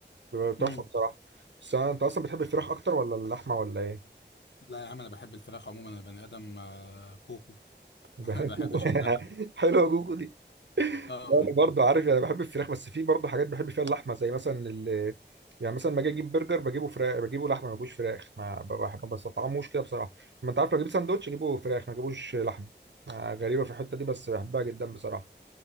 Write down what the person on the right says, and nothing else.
بيبقى تحفه
بصراحه بس أنا- انت اصلا بتحب الفراخ اكتر ولا اللحمه ولا ايه
<laughs>
حلوه جوكو دي
انا برضه عارف يعني بحب الفراخ بس في برضه حاجات بحب فيها اللحمه زي مثلا ال يعني مثلا لما اجي اجيب برجر بجيبه فراخ بجيبه لحمه ما بجيبوش فراخ ما ب- بح- ما بستطعموش كده بصراحه ما انت عارف لو اجيب ساندوتش اجيبه فراخ ما اجيبوش لحمه آه، غريبه في الحته دي بس بحبها جدا بصراحه